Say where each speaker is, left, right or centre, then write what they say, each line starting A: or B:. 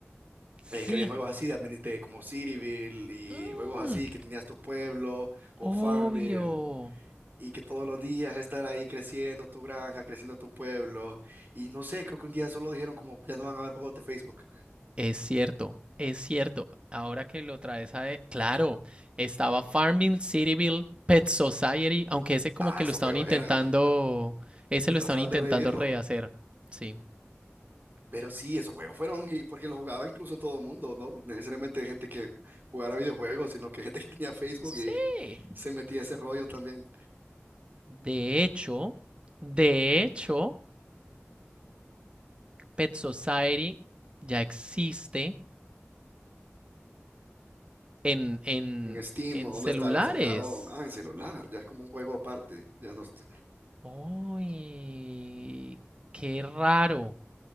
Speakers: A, on the right; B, on the right.
A: sí
B: eh, que habían juegos así de, admini- de como Cityville y
A: mm,
B: juegos así que tenías tu pueblo o
A: obvio
B: Farmville. y que todos los días estar ahí creciendo tu granja, creciendo tu pueblo. Y no sé, creo que un día solo dijeron como ya no van a haber juegos de Facebook.
A: Es cierto, es cierto. Ahora que lo traes a... de- Claro, estaba Farmville, Cityville, Pet Society, aunque ese como
B: Ah,
A: que
B: esos
A: lo estaban
B: juegos
A: intentando...
B: eran,
A: Ese lo
B: trataban
A: estaban intentando
B: de revivirlo.
A: rehacer. Sí.
B: Pero sí, esos juegos fueron, y porque los jugaba incluso todo el mundo, ¿no? No Necesariamente gente que jugara videojuegos, sino que gente que tenía Facebook
A: Sí.
B: y se metía a ese rollo también.
A: De hecho, de hecho, Pet Society ya existe en, en,
B: En Steam,
A: en
B: ¿o
A: celulares.
B: ¿dónde está? Lo sacaron, ah, en celular, ya es como un juego aparte. Ya no, est-
A: ¡Uy! ¡Qué raro!